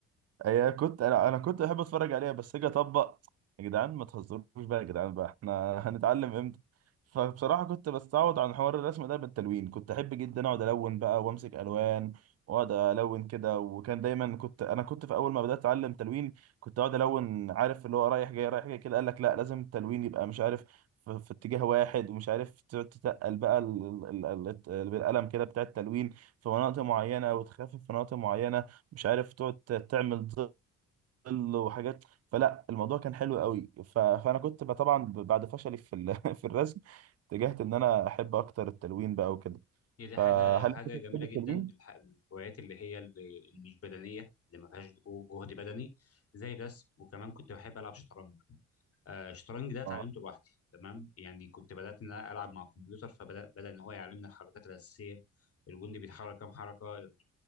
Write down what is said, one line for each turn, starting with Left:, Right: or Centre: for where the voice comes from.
Right: هي كنت انا انا كنت بحب اتفرج عليها بس اجي اطبق يا جدعان ما تهزروش بقى يا جدعان بقى احنا <laughs> هنتعلم امتى فبصراحه كنت بستعوض عن حوار الرسم ده بالتلوين كنت احب جدا اقعد الون بقى وامسك الوان واقعد الون كده وكان دايما كنت انا كنت في اول ما بدات اتعلم تلوين كنت اقعد الون عارف اللي هو رايح جاي رايح جاي كده قال لك لا لازم التلوين يبقى مش عارف في, في اتجاه واحد ومش عارف تقعد تتقل بقى ال- ال- ال- ال- بالقلم كده بتاع التلوين في مناطق معينه وتخفف في مناطق معينه مش عارف تقعد تعمل ظل وحاجات فلا الموضوع كان حلو قوي ف... فانا كنت ب- طبعا ب- بعد فشلي في ال... <laughs> في الرسم اتجهت ان انا احب اكتر التلوين بقى وكده
Left: هي دي حاجة
Right: فهل
Left: حاجة
Right: انت كنت
Left: جميلة
Right: بتحب التلوين؟
Left: جدا الح- الهوايات اللي هي اللي اللي مش بدنية اللي ما فيهاش جهد بدني زي الرسم وكمان كنت بحب ألعب شطرنج آه، الشطرنج ده اتعلمته
Right: اه
Left: لوحدي تمام يعني كنت بدأت إن أنا ألعب مع الكمبيوتر فبدأ بدأ إن هو يعلمني الحركات الأساسية الجندي بيتحرك كام حركة ال-